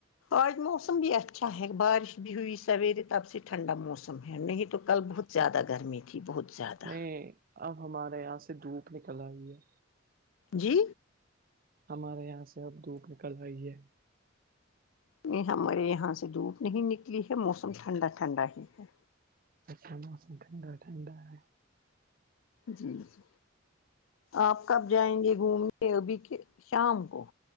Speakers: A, on the left (about 80°); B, on the right (about 45°).
A: آج موسم بھی اچھا ہے بارش بھی ہوئی سویرے تب سے ٹھنڈا موسم ہے نہیں تو کل بہت زیادہ گرمی تھی بہت زیادہ
B: نہیں اب ہمارے یہاں سے دھوپ نکل آئی ہے
A: جی
B: ہمارے یہاں سے اب دھوپ نکل ارہی ہے
A: نہیں ہمارے یہاں سے دھوپ نہیں نکلی ہے موسم ٹھنڈا ٹھنڈا ہی ہے
B: اچھا موسم ٹھنڈا ٹھنڈا ہے
A: جی جی آپ کب جائیں گے گھومنے ابھی ک شام کو